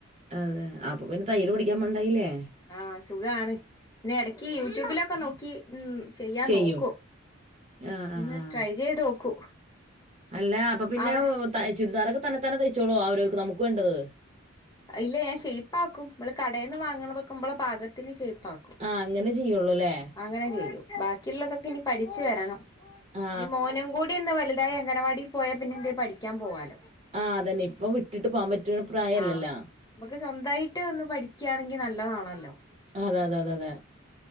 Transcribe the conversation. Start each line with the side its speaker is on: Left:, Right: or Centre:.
Right: അതെ അപ്പൊ പിന്നെ തയ്യല് പഠിക്കാൻ പോണ്ടായില്ലേ
Left: ആഹ് സുഖാണ് പിന്നെ ഇടക്ക് യൂട്യൂബിലൊക്കെ നോക്കി ഉം ചെയ്യാൻ
Right: ചെയ്യും.
Left: നോക്കും.
Right: ആ, ആ,
Left: ഒന്ന്
Right: ആ.
Left: ട്രൈ ചെയ്ത് നോക്കൂ
Right: അല്ല അപ്പൊ പിന്നെ
Left: അവിടെ
Right: ചുരിദാറൊക്കെ തന്നെത്താനെ തയ്ച്ചോളോ അവരവർക്ക് നമുക്ക് വേണ്ടത്
Left: ഇല്ല ഞാൻ ഷേയ്പ്പ ആക്കും ഇമ്മള് കടേ ന്ന് വാങ്ങണതൊക്കെ ഇബ്ബളെ പാകത്തിന് ഷെയ്പ്പ് ആക്കും
Right: ആഹ് അങ്ങനെ ചെയ്യൊള്ളൂല്ലേ.
Left: അങ്ങനെ ചെയ്യും ബാക്കിയുള്ളതൊക്കെ ഇനി പഠിച്ചു വരണം
Right: ആ.
Left: ഇനി മോനും കൂടി ഒന്ന് വല അംഗനവാടി പോയാ പിന്നെ പഠിക്കാൻ പോവാലോ.
Right: ആഹ് തന്നെ ഇപ്പൊ വിട്ടിട്ട് പോവാൻ പറ്റണ പ്രായല്ലല്ലാ
Left: ആഹ് നമുക്ക് സ്വന്തമായിട്ടൊന്ന് പഠിക്കാണെങ്കി നല്ലതാണല്ലോ.
Right: അതെ അതെ അതെ അതെ